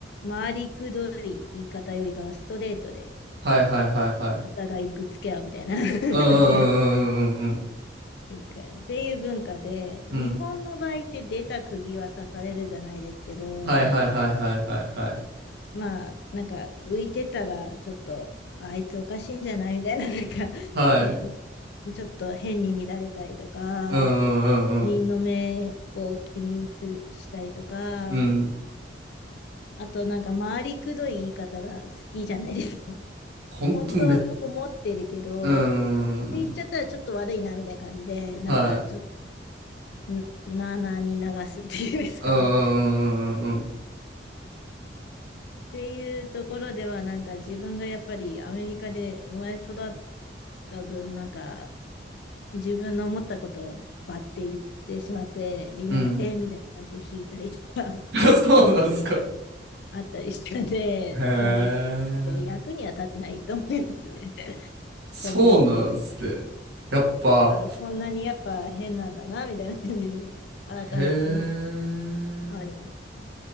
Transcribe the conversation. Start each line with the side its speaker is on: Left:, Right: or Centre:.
Left: 回りくどい言い方よりかはストレートで
Right: はいはいはいはい。
Left: お互いぶつけ合うみたいな <laughs> ぶつけ
Right: うんうんうんうんうん
Left: 合うっていう文化で、
Right: うんうん。うん。
Left: 日本の場合って出た釘は刺されるじゃないですけど、
Right: はいはいはいはいはいはい。
Left: なんかまあ、なんか浮いてたら、ちょっと、あいつおかしいんじゃないみたいな、<laughs> なんか、
Right: はい。
Left: ね、ちょっと変に見られたりとか、
Right: うんうんうん
Left: 他人の目を気にすしたりとか、
Right: うん。うん。
Left: あとなんか回りくどい言い方が好きじゃないですか。<laughs>
Right: ほんとめ、
Left: 本当はこう思ってるけど、
Right: うん。
Left: って言っちゃったらちょっと悪いなみたいな感じで、なんかちょっ
Right: はい。
Left: と、んなあなあに流すっていうんですかね。
Right: うんうんうんうん
Left: <laughs> っていうところでは、なんか自分がやっぱりアメリカで生まれ育った分、なんか自分の思ったことをバッて言ってしまって、みんながえーみたいな感じで引いたりとか
Right: うん。うん。<laughs> そうなんすか。
Left: <laughs> あったりしたので、
Right: へえ。
Left: なんか、いや、役には立ってないと思いますね。<laughs>
Right: そうなんすね。
Left: 個人的に。
Right: やっぱ、
Left: あ、こんなにやっぱ変なんだな、みたいな感じで、改めて思って
Right: へえ。
Left: あります。